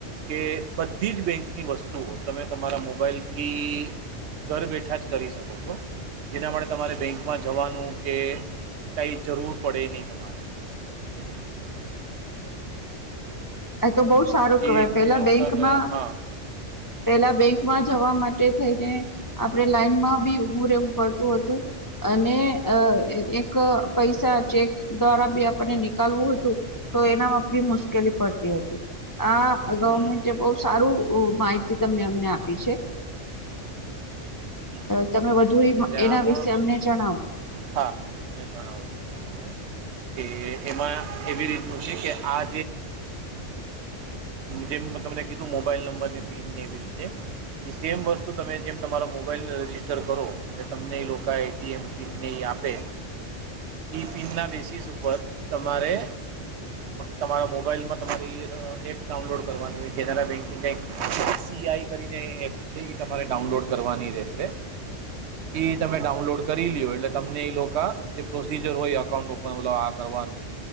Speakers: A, on the right (about 65°); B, on the left (about 25°).
A: કે બધી જ બેંકની વસ્તુઓ તમે તમારા મોબાઈલથી ઘર બેઠા જ કરી શકો છો જેના માટે તમારે બેંકમાં જવાનું કે કાંઈ જરૂર પડે નહીં મારે એ <inaudible>
B: એ તો બહુ સારું કેવાય
A: એ રીતનું
B: પેલા
A: એ લોકો
B: બેંકમાં
A: હા
B: પેલા બેંક માં જવા માટે થઈને આપડે લાઈન માં બી ઊભું રહેવું પડતું હતું અને અ એક પૈસા ચેક દ્વારા બી આપણને નીકાલવું હતું તો એનામાં બી મુશ્કેલી પડતી હતી આ ગવર્મેન્ટ
A: હમ,
B: બહ સારું માહિત ત અમને આપી છે
A: હમ.
B: તમે વધુ તો
A: એટલે આમાં
B: એના વિશે અમને જણાવ
A: હા તમે જણાવું છો કે એમાં એવી રીતનું છે કે આ જેમ તમને કીધું મોબાઈલ નંબરને પિનને એવી રીતે એ સેમ વસ્તુ તમે જેમ તમારા મોબાઈલને રજિસ્ટર કરો એટલે તમને એ લોકો એટીએમ પિનને એ આપે ઈ પિનના બેસિસ ઉપર તમારે તમારા મોબાઈલમાં તમારી એપ ડાઉનલોડ કરવાની હોય કેનેરા બેન્કિંગ કંઈક સીઆઈ કરીને એપ છે એ તમારે ડાઉનલોડ કરવાની રહેશે એ તમે ડાઉનલોડ કરીલ્યો એટલે તમને એ લોકો જે પ્રોસીજર હોય અકાઉન્ટ ઓપન તલબ આ કરવાનું